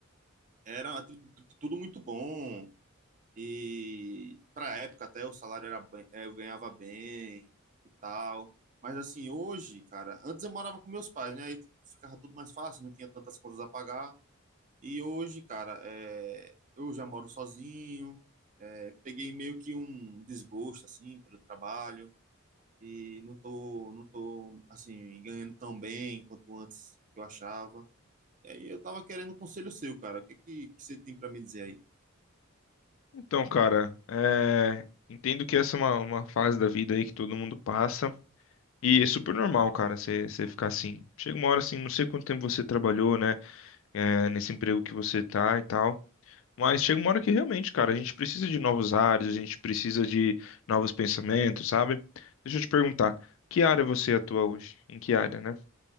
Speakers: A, on the right; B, on the left.
A: era t- t- tudo muito bom, E para a época até o salário era bem, eh, eu ganhava bem e tal. Mas assim, hoje, cara, antes eu morava com meus pais, né? Aí tipo, ficava tudo mais fácil, não tinha tantas contas a pagar. E hoje, cara, eh, eu já moro sozinho, eh, peguei meio que um desgosto, assim, pelo trabalho. E não tô, não tô, assim, ganhando tão bem quanto antes que eu achava. E aí eu tava querendo um conselho seu, cara. O que é que, que você tem para me dizer aí?
B: Então, cara, é, entendo que essa é uma, uma fase da vida aí que todo mundo passa. E é super normal, cara, você você ficar assim. Chega uma hora assim, não sei quanto tempo você trabalhou, né? é, nesse emprego que você tá e tal. Mas chega uma hora que realmente, cara, a gente precisa de novos áreas, a gente precisa de novos pensamentos, sabe? Deixa eu te perguntar, que área você atua hoje? Em que área, né?